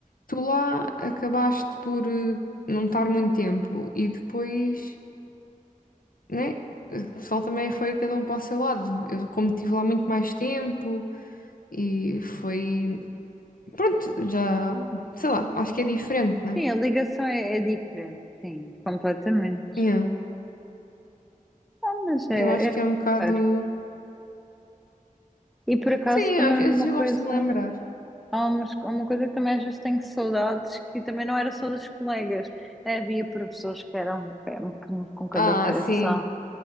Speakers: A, on the left (about 80°); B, in the centre.
A: tu lá acabaste por eh, não estar muito tempo e depois, né? O pessoal também foi cada um para o seu lado. Eu, como estive lá muito mais tempo e foi. Pronto, já. Sei lá, acho que é diferente, né?
B: Sim, a ligação é, é diferente, sim, completamente.
A: Yeah.
B: Ah, mas é,
A: Eu acho
B: é
A: que é um bocado.
B: raro. E por acaso
A: Sim,
B: também
A: às
B: uma
A: vezes eu
B: coisa.
A: gosto de me lembrar.
B: Há mas há uma coisa que também às vezes tenho saudades, que também não era só dos colegas. É, Havia professores que eram pé com com cada
A: Ah,
B: peça.
A: sim.